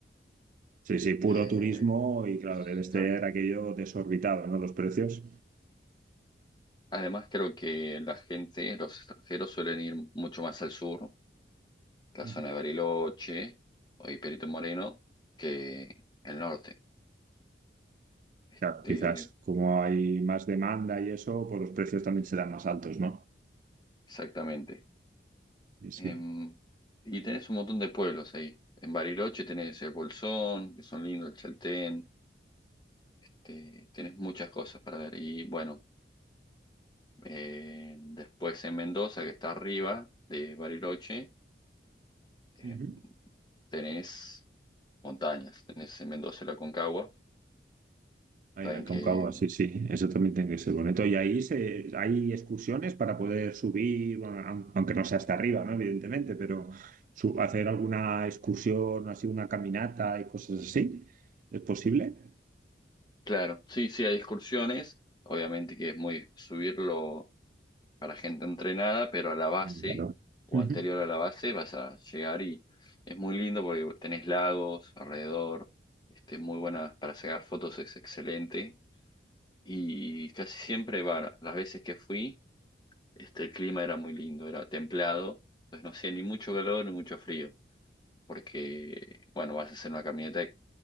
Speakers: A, on the right (about 45°); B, on the left (about 25°).
A: Sí, sí, puro
B: Eh,
A: turismo y claro, debe ser
B: o sea,
A: aquello desorbitado, ¿no? Los precios.
B: además, creo que la gente, los extranjeros suelen ir mucho más al sur, la
A: Ujú.
B: zona de Bariloche o y Perito Moreno, que el norte. Este,
A: Claro, quizás como hay más demanda y eso, pues los precios también serán más altos, ¿no?
B: exactamente.
A: Sí, sí.
B: Em, y tenés un montón de pueblos ahí. En Bariloche tenés el Bolsón, que son lindos, el Chaltén, te- tenés muchas cosas para ver. Y bueno, eh, después en Mendoza, que está arriba de Bariloche. eh,
A: Ujú.
B: tenés montañas, tenés en Mendoza la Concagua,
A: Ahí
B: también
A: la Aconcagua,
B: que,
A: sí, sí, eso también tiene que ser bonito. Y ahí se, hay excursiones para poder subir, bueno, aun- aunque no sea hasta arriba, ¿no? Evidentemente, pero su- hacer alguna excursión, así una caminata y cosas así, ¿es posible?
B: claro, sí, sí, hay excursiones, obviamente que es muy subirlo para gente entrenada, pero a la base
A: Ah, Claro.
B: o
A: Ujú.
B: anterior a la base vas a llegar y es muy lindo porque tenés lagos alrededor, este, muy buena para sacar fotos, es excelente y casi siempre, va, las veces que fui, este, el clima era muy lindo, era templado, entonces no hacía ni mucho calor ni mucho frío. porque, bueno, vas a hacer una caminata de